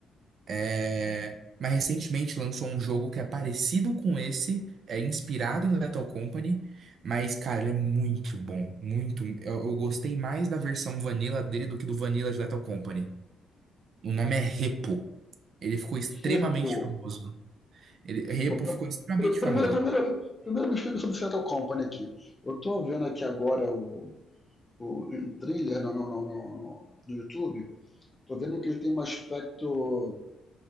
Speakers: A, on the right; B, on the left.
A: É, mas recentemente lançou um jogo que é parecido com esse, é inspirado em Lethal Company, mas cara, ele é muito bom, muito. Eu, eu gostei mais da versão vanilla dele do que do vanilla de Lethal Company. O nome é Repo. Ele ficou extremamente
B: Repo.
A: famoso. Ele,
B: Repo.
A: Repo
B: Pr-
A: ficou extremamente
B: pr-
A: famoso.
B: Primeiro, primeiro, primeiro me explica sobre o Lethal Company aqui. Eu tô vendo aqui agora o, o um trailer no, no, no, no, no YouTube, tô vendo que ele tem um aspecto,